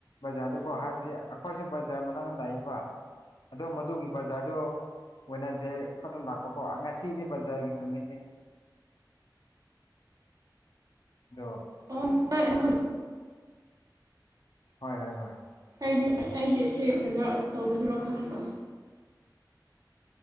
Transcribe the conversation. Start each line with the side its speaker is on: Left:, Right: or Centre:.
Left: ꯕꯖꯥꯔꯗꯨꯀꯣ
Right: ꯎꯝ
Left: ꯍꯥꯏꯕꯗꯤ ꯑꯩꯈꯣꯏꯁꯨ ꯕꯖꯥꯔ ꯃꯅꯥꯛꯇ ꯂꯩꯏꯕ ꯑꯗꯣ ꯃꯗꯨꯒꯤ ꯕꯖꯥꯔꯗꯣ ꯋꯦꯗꯅꯔ꯭ꯁꯗꯦ ꯈꯛꯗ ꯂꯥꯛꯄꯀꯣ ꯉꯁꯤꯗꯤ ꯕꯖꯥꯔꯒꯤ ꯅꯨꯃꯤꯠꯅꯦ ꯑꯗꯨ
Right: ꯑꯣ <unintelligible>
Left: ꯍꯣꯏ ꯍꯣꯏ ꯍꯣꯏ
Right: ꯑꯩꯗꯤ ꯑꯩꯗꯤ ꯑꯁꯦ ꯕꯖꯥꯔ ꯑꯆꯧꯕꯗꯨꯔꯥ ꯈꯟꯕ